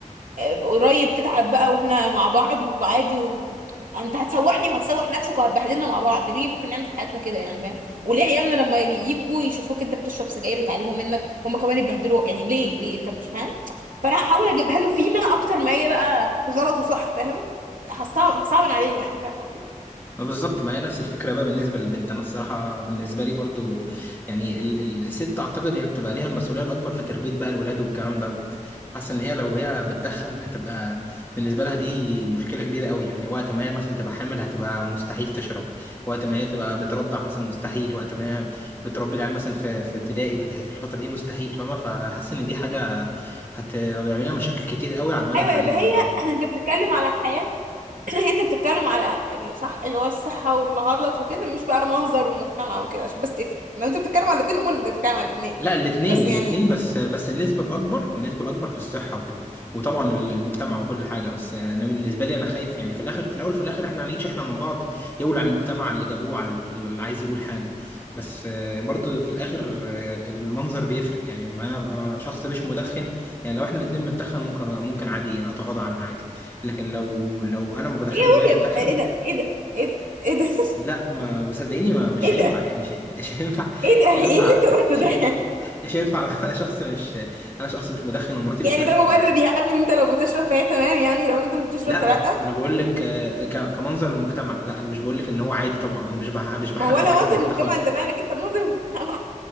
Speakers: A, on the right (about 85°); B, on the left (about 15°).
A: آه، قريب تتعب بقى واحنا مع بعض وعادي و... انت هتسوحني وهتسوح نفسك وهتبهدلنا مع بعض ليه ممكن نعمل في حياتنا كده يعني فاهم وليه عيالنا لما يجي- يجوا يشوفوك انت بتشرب سجاير وتعلموا منك هم كمان يتبهدلوا يعني ليه ليه انت مش فاهم فانا هحاول اجيبها له فينا اكتر ما هي بقى غلط وصح فاهم هتصعب هتصعب عليه يعني فاهم قصدي
B: ما بالظبط ما هي نفس الفكره بقى بالنسبه للبنت انا الصراحه بالنسبه لي برضو يعني ال ال الست اعتقد هي بتبقى ليها المسؤوليه الاكبر في تربيه بقى الولاد والكلام دوت حاسه ان هي لو هي بتدخن هتبقى بالنسبه لها دي مشكله كبيره قوي يعني وقت ما هي مثلا تبقى حامل هتبقى مستحيل تشرب وقت ما هي تبقى بترضع مثلا مستحيل وقت ما هي بتربي العيال مثلا في في ابتدائي وفي الح- في الفتره دي مستحيل فاهمه فحاسس ان دي حاجه هت- هتعمل لها مشاكل كتير قوي على المدى
A: ايوه
B: البعيد
A: يبقى
B: يعني
A: هي <clears throat> انت بتتكلم على حياه <laughs> <clears throat> انت بتتكلم على الصح اللي هو الصحة والغلط وكده مش بقى منظر المجتمع وكده عشان بس تفرق لو انت بتتكلم على الاتنين قول انت بتتكلم على الاتنين
B: لا الاثنين
A: بس يعني
B: الاثنين بس بس النسبة الأكبر النسبة الأكبر في الصحة وكده وطبعا ال- المجتمع وكل حاجة بس أنا بالنسبة لي أنا خايف يعني في الآخر في الأول في الآخر إحنا هنعيش إحنا من بعض يقول على المجتمع على اللي جابوه على اللي عايز يقول حاجة بس آه، برضه في الآخر آه، المنظر بيفرق يعني ما أنا أبقى شخص مش مدخن يعني لو إحنا الاتنين بنتدخن ممكن ممكن عادي أتغاضى عنها عادي لكن لو لو أنا ما بدخنش
A: ايه قول
B: وهي بتدخن
A: يا ابني ايه ده ايه ده ايه ده ايه ده <laughs>
B: لا ما صدقيني ما مش
A: ايه
B: هينفع
A: ده
B: يعني مش <laughs> مش هينفع
A: ايه ده
B: مش
A: ايه
B: هينفع
A: اللي انت قلته
B: مش
A: ده <laughs>
B: مش هينفع <laughs> انا شخص مش انا شخص مش مدخن ومراتي
A: يعني
B: بتدخن
A: ده مبرر
B: يعني
A: يعني ان انت لو بتشرب فهي تمام يعني لو انت مش بتشرب
B: لا
A: فلا
B: انا بقول لك آه، ك- كمنظر المجتمع لا انا مش بقول لك ان هو عادي طبعا انا مش بح- مش بحلل
A: ما هو ولا
B: حاجه زي
A: منظر
B: كده
A: مجتمع
B: خالص
A: انت مالك انت منظر المجتمع <laughs>